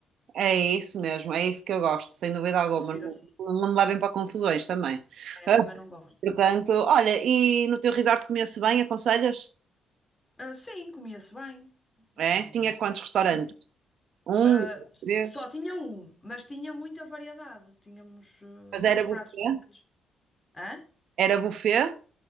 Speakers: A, on the right; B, on the left.
A: É isso mesmo, é isso que eu gosto, sem dúvida alguma.
B: Prefiro
A: Não,
B: assim.
A: não me levem para confusões também.
B: É,
A: <laughs>
B: também não gosto.
A: Portanto, olha, e no teu resort comia-se bem, aconselhas?
B: Ah, sim, comia-se bem. Nem-
A: É? Tinha quantos restaurantes?
B: sim.
A: Um,
B: Ah,
A: dois, três.
B: só tinha um, mas tinha muita variedade. Tínhamos ah,
A: Mas
B: muitos
A: era buffet?
B: pratos diferentes. Hã?
A: Era buffet?